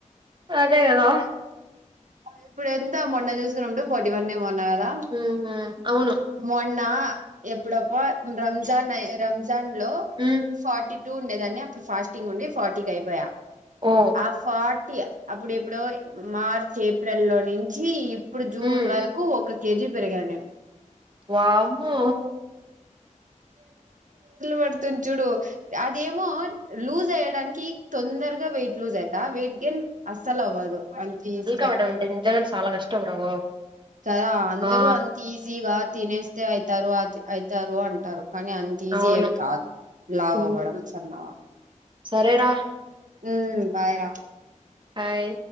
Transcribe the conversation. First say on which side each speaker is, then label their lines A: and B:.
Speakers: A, on the right; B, on the right.
A: అదే కదా
B: ఇప్పుడు ఎంత మొన్న చూసుకున్నప్పుడు ఫార్టీ వన్ ఏమో అన్నా కదా
A: ఉహు అవును
B: మొ అన్నా ఎప్పుడోప్ప రంజాన్ రంజాన్ లో
A: ఉమ్
B: ఫార్టీ టూ ఉండేదాన్ని అప్పుడు ఫాస్ట్ ఉండి ఫార్టీకి అయిపోయా
A: ఓ
B: ఆ ఫార్టీ అప్పుడు ఎప్పుడో మార్చ్ ఏప్రిల్ లో నుంచి ఇప్పుడు జూన్
A: ఉమ్
B: వరకు ఒక కేజీ పెరిగాను నేను
A: వామొ
B: పడుతం చూడు అదేమో లూజ్ అయడానికి తొందర వేయిట్లూజ వెయిట్ గెన్ అసలు అవ్వదు అంత ఈజీ
A: అవడం అంటే చాలా కష్టం రా బాబు
B: కదా అందరు
A: ఆ
B: అంత ఈజీగా తినేస్తే అవుతారు అది అయితారు అంటారు కానీ అంత ఈజీ
A: అవును
B: ఏం కాదు లావ్
A: ఉమ్,
B: అవ్వడం సన్న
A: సరేరా
B: ఉ బాయ్ రా
A: హాయ్